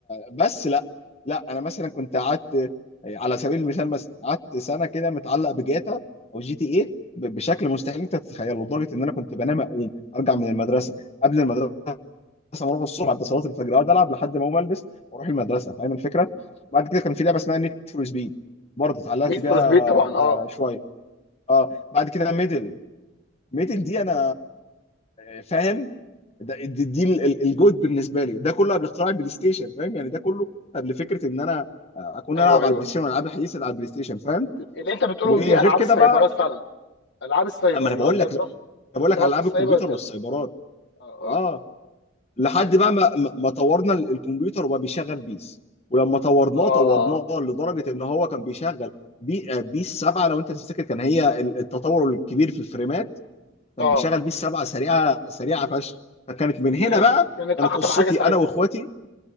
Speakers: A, on the left (about 30°); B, on the left (about 60°).
A: بس لا لا انا مثلا كنت قعدت على سبيل المثال مثلا قعدت سنه كده متعلق بجاتا او جي تي ايه بشكل مستحيل انت تتخيله لدرجه ان انا كنت بنام اقوم ارجع من المدرسه قبل المدرسه ما اروح الصبح بعد صلاه الفجر اقعد العب لحد ما اقوم البس واروح المدرسه فاهم الفكره بعد كده كان في لعبه اسمها نيد فور سبيد برضه اتعلقت
B: نيد فور
A: بيها
B: سبيد طبعا
A: آه،
B: اه
A: شويه اه بعد كده ميدل ميدن دي انا آه، فاهم ده دي, دي ال- ال- الجوت بالنسبه لي ده كله قبل اختراع البلاي ستيشن فاهم يعني ده كله قبل فكره ان انا آه، اكون
B: ايوه
A: العب
B: ايوه
A: على البلاي ستيشن والالعاب الحديثه اللي على البلاي ستيشن فاهم
B: اللي انت بتقولهم
A: وغير
B: دي العاب
A: كده
B: السايبرات
A: بقى
B: فعلا العاب السايبر
A: اما انا
B: اللي
A: بقول
B: هو انت
A: لك
B: بتروح
A: بقول لك
B: تقعد
A: على العاب
B: في السايبر
A: الكمبيوتر
B: تلعب
A: والسايبرات
B: اه
A: اه
B: اه
A: لحد بقى ما ما ما طورنا ال- الكمبيوتر وبقى بيشغل بيس ولما طورناه
B: اه
A: طورناه لدرجه ان هو كان بيشغل بي آه، بيس 7 لو انت تفتكر كان هي ال- التطور الكبير في الفريمات كان
B: اه
A: بيشغل بيه السبعه سريعه سريعه فشخ فكانت من هنا
B: كانت
A: بقى
B: كانت
A: كانت
B: اخطر
A: قصتي
B: حاجه ساعتها
A: انا واخواتي